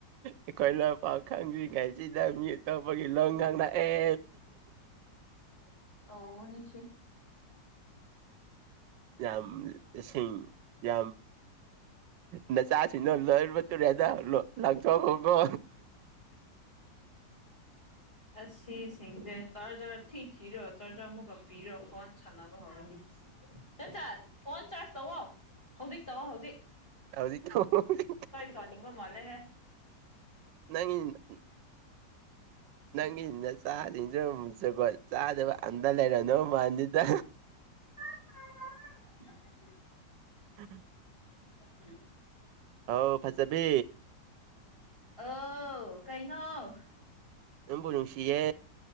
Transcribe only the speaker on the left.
ꯑꯣ ꯅꯤꯁꯤ
ꯑꯁꯤꯁꯤꯡꯖꯦ ꯆꯥꯔꯖꯔ ꯊꯤ ꯊꯤꯔꯒ ꯆꯥꯔꯖꯔ ꯑꯃꯨꯛꯀ ꯄꯤꯔ ꯀꯣꯟ ꯁꯥꯟꯅ ꯄꯥ ꯍꯧꯔꯅꯤ ꯆꯟꯆꯟ ꯐꯣꯟ ꯆꯥꯔꯖ ꯇꯧꯋꯣ ꯍꯧꯖꯤꯛ ꯇꯧꯋꯣ ꯍꯧꯖꯤꯛ
ꯇꯧꯅꯤꯡꯕ ꯃꯥꯜꯂꯦ ꯍꯦ
ꯎꯝ
<inaudible>
<inaudible>
ꯑꯣ ꯀꯩꯅꯣ